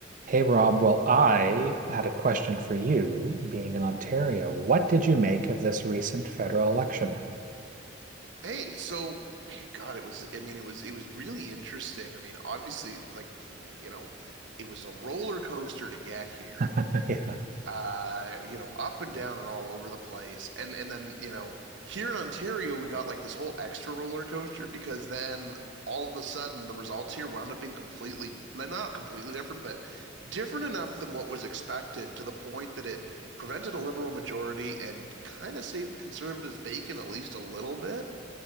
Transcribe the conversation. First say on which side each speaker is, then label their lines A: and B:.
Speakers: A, on the right; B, on the right.
A: Hey Rob, well, I had a question for you, being in Ontario. What did you make of this recent federal election?
B: Hey, so eh, God, it was, I mean, it was, it was really interesting. I mean, obviously, like, you know, it was a roller coaster to get here,
A: <laughs> Yeah.
B: uh, you know, up and down and all over the place. And, and then, you know, here in Ontario, we got like this whole extra roller coaster because then all of a sudden the results here wound up being completely, like, not completely different, but different enough than what was expected to the point that it prevented a liberal majority and kind of saved the conservatives' bacon at least a little bit